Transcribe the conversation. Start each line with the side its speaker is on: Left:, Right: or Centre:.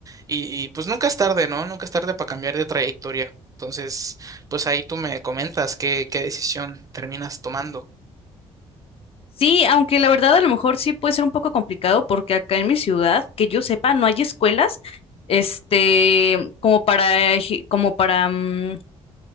Right: Y, y pues nunca es tarde, ¿no? Nunca es tarde para cambiar de trayectoria. Entonces, pues ahí tú me comentas qué, qué decisión terminas tomando.
Left: Sí, aunque la verdad a lo mejor sí puede ser un poco complicado porque acá en mi ciudad, que yo sepa, no hay escuelas, este, como para, eje- como para, mm,